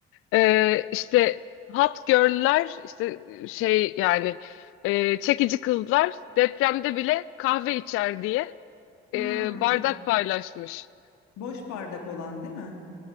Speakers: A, on the left; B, on the left.
A: Ee, işte hot girl'ler işte şey yani e, çekici kızlar depremde bile kahve içer diye
B: Hmm,
A: e, bardak paylaşmış.
B: boş bardak olan değil mi?